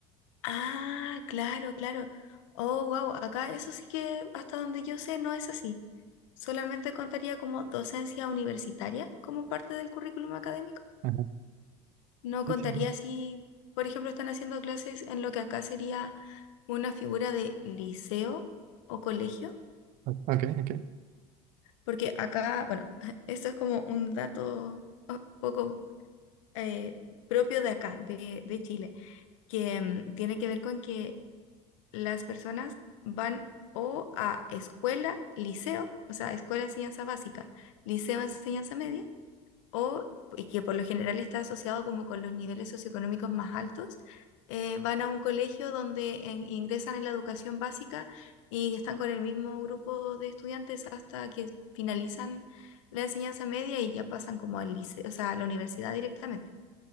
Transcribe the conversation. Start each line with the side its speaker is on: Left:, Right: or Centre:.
Left: Ah, claro, claro. Oh, wow, acá eso sí que hasta donde yo sé no es así. Solamente contaría como docencia universitaria como parte del currículum académico.
Right: Ajá.
Left: No
Right: Sí,
Left: contaría
Right: sí, sí.
Left: si, por ejemplo, están haciendo clases en lo que acá sería una figura de liceo o colegio,
Right: Ok, ok.
Left: porque acá, bueno, <laughs> esto es como un dato un poco eh, propio de acá, de, de Chile, que mm, tiene que ver con que las personas van o a escuela, liceo, o sea, escuela enseñanza básica, liceo enseñanza media, o, y que por lo general está asociado como con los niveles socioeconómicos más altos, eh, van a un colegio donde en- ingresan en la educación básica y están con el mismo grupo de estudiantes hasta que finalizan la enseñanza media y ya pasan como al liceo, o sea, a la universidad directamente.